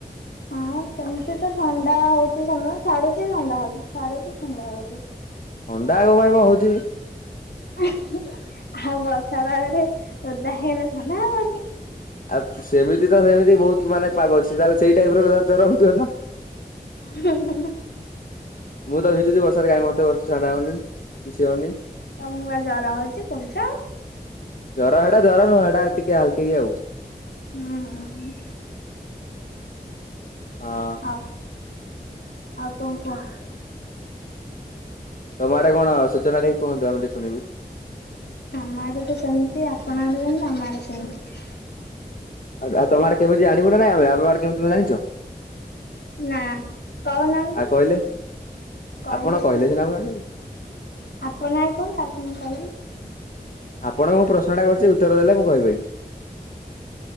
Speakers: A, on the left; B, on the left.
A: ହଁ ହଁ ସେମିତି ତ ଥଣ୍ଡା ହଉଚି ସମ ଛାଡୁଚି ଥଣ୍ଡା ହଉଚି ଛାଡୁଚି ଥଣ୍ଡା ହଉଚି।
B: ଥଣ୍ଡା କଅ ପାଇଁ ମ ହଉଚି?
A: ଆଉ ବର୍ଷା ପାଗରେ ଓଦା ହେଇଗଲେ ଥଣ୍ଡା ହବନି।
B: ଆଉ ସେମିତି ତ ସେମିତି ବହୁତ ମାନେ ପାଗ ଅଛି। ତାହେଲେ ସେଇ ଟାଇପର ଜର ହଉଥିବ ତ?
A: ହୁଁଁ ହୁଁ ହୁଁ।
B: ମୁଁ ତ ଭିଜୁଚି ବର୍ଷାରେ କାଇଁ ମତେ <inaudible> ହଉନି। କିଛି ହଉନି
A: ତମକୁ ବା ଜର ହଉଛି କହୁଛ।
B: ଜର ହେଟା ଜର ନୁହଁ। ହେଟା ଟିକେ ହାଲକେଇକି ଆଉ।
A: ହୁଁ ହୁଁ।
B: ହଁ।
A: ହଉ ଆଉ କଣ କୁହ?
B: ତମ ଆଡେ କଣ ସୂଚନା ଟିକେ କୁହନ୍ତୁ ଆମେ ଟିକେ ଶୁଣିବୁ।
A: ଆମ ଆଡେ ତ ସେମିତି ଆପଣ ଆଡେ ଯେମିତି ଆମ ଆଡେ ସେମିତି।
B: ଆଉ ତମ କେମତି ଯାଣିବୁନା ନାଇଁ ଆମେ ଆମ ଆଡେ କେମତି ତମେ ଜାଣିଛ?
A: ନା କହୁନାହାଁନ୍ତି
B: ଆଉ କହିଲେ
A: କହିଲେ
B: ଆପଣ
A: ସିନାଯା
B: ସିନା ମୁଁ ଜାଣିବି।
A: ଆପଣ ଆଗେ କୁହନ୍ତୁ ତାପରେ ମୁଁ କହିବି।
B: ଆପଣଙ୍କୁ ମୁଁ ପ୍ରଶ୍ନଟା କରିଛି। ଉତ୍ତର ଦେଲେ ମୁଁ କହିବି।